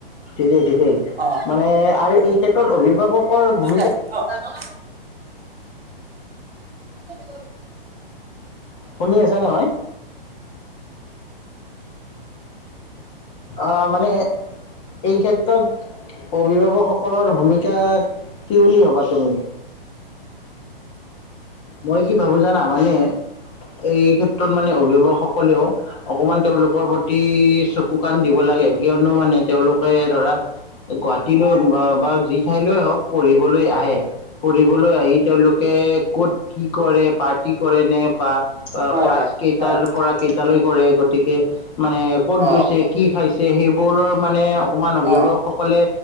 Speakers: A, on the left; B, on the right.
A: ঠিকেই ঠিকেই
B: অ
A: মানে আৰু এই ক্ষেত্ৰত অভিভাৱকৰ ভূমিকা,
B: অ <unintelligible>
A: শুনি আছা নহয়? অ মানে- এই ক্ষেত্ৰত, অভিভাৱকসকলৰ ভূমিকা কি বুলি ভ'বা তুমি? মই কি ভাবো জানা মানে, এই ক্ষেত্ৰত মানে অভিভাৱকসকলেও- অকমান তেওঁলোকৰ প্ৰতি চকু কাণ দিব লাগে কিয়নো মানে তেওঁলোকে ধৰা- গুৱাহাটীলৈ বা যি ঠাইলৈ হওক পঢ়িবলৈ আহে। পঢ়িবলৈ আহি তেওঁলোকে ক'ত- কি কৰে পাৰ্টি কৰে নে বা
B: হয়
A: ক্লাছ
B: হয়
A: কেইটাৰ
B: হয়
A: পৰা কেইটাৰ- তালৈ কৰে গতিকে মানে ক'ত
B: অ
A: গৈছে কি খাইছে সেইবোৰৰ মানে- অকমান অভিভাৱকসকলে
B: অ